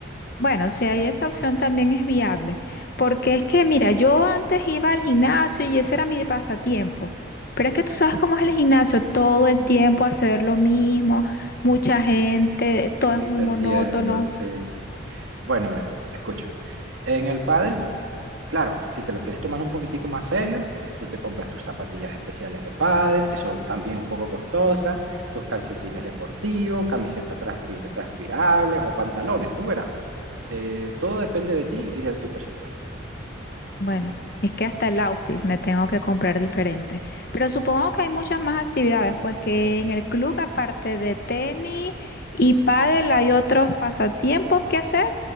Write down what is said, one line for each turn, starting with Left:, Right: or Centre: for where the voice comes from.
Left: Bueno, si hay esa opción también es viable, porque es que, mira, yo antes iba al gimnasio y ese era mi pasatiempo, pero es que tú sabes cómo es el gimnasio, todo el tiempo hacer lo mismo,
Right: Mm,
Left: mucha gente, todo
Right: Sí,
Left: es muy
Right: Te
Left: monótono.
Right: entiendo, sí. Bueno, ve, escucha. En el pádel, claro, si te lo quieres tomar un poquitico más serio, tú te compras tus zapatillas especiales de pádel, que son también un poco costosas, tus calcetines deportivos, camisetas transpi- transpirables o pantalones, tú verás. Eh, todo depende de ti y de tu presupuesto.
Left: Bueno, es que hasta el outfit me tengo que comprar diferente. Pero supongo que hay muchas más actividades, pues que en el club, aparte de tenis y pádel, hay otros pasatiempos que hacer.